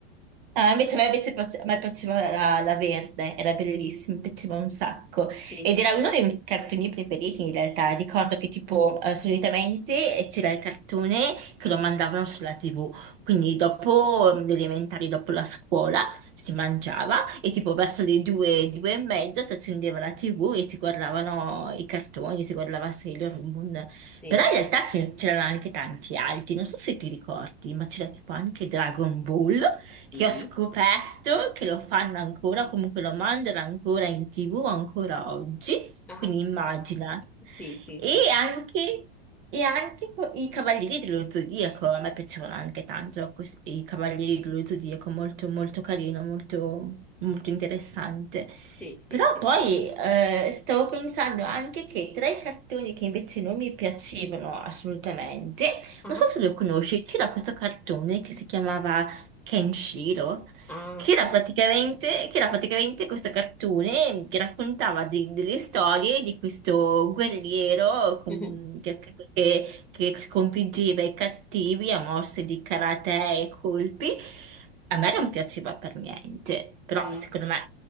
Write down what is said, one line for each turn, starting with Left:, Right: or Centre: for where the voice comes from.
Right: Ah,
Centre: Sì.
Right: invece a me, invece piace- a me piaceva la, la verde, era bellissima, mi piaceva un sacco.
Centre: Sì,
Right: Ed era uno dei miei cartoni preferiti in realtà. Ricordo che tipo eh, solitamente eh, c'era il cartone che lo mandavano sulla TV, quindi dopo mm, le elementari, dopo la scuola, si mangiava e tipo verso le due, due e mezza si accendeva la TV e si guardavano i cartoni, si guardava Sailor Moon.
Centre: sì,
Right: Però in realtà ce- c'erano anche tanti altri, non so se ti ricordi, ma c'era tipo anche Dragon Ball che
Centre: sì.
Right: ho scoperto che lo fanno ancora, comunque lo mandano ancora in TV ancora oggi,
Centre: Ah,
Right: quindi immagina.
Centre: Sì, sì,
Right: E
Centre: sì.
Right: anche, e anche co- i Cavalieri dello Zodiaco, a me piacevano anche tanto questi- i Cavalieri dello Zodiaco, molto molto carino, molto, molto interessante.
Centre: Sì,
Right: Però
Centre: sì, sì,
Right: poi
Centre: sì.
Right: eh, stavo pensando anche che tra i cartoni che invece non mi piacevano assolutamente,
Centre: Ah,
Right: non so se lo conosci, c'era questo cartone che si chiamava Kenshiro,
Centre: ah.
Right: che era praticamente, che era praticamente questo cartone che raccontava de- delle storie di questo guerriero con-
Centre: <laughs>
Right: che, che- che sconfiggeva i cattivi a mosse di karate e colpi. A me non piaceva per niente, però
Centre: Mm.
Right: secondo me